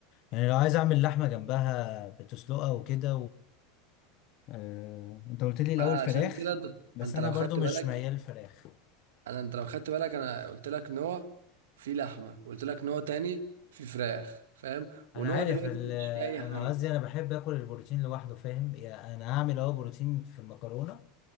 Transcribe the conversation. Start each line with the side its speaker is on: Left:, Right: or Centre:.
Left: يعني لو عايز أعمل لحمة جنبها بتسلقها وكده آه، انت قلت لي الاول
Right: ما انا
Left: فراخ
Right: علشان كده د-
Left: بس
Right: ما انت
Left: انا
Right: لو
Left: برضو
Right: خدت
Left: مش
Right: بالك
Left: ميال فراخ
Right: انا انت لو خدت بالك انا قلت لك نوع في لحمة وقلت لك نوع تاني في فراخ فاهم ونوع
Left: انا عارف
Right: دلوقتي
Left: ال-
Right: مفيش فيه اي
Left: انا
Right: حاجة
Left: قصدي انا بحب اكل البروتين لوحده فاهم يعني انا هعمل اه بروتين في المكرونه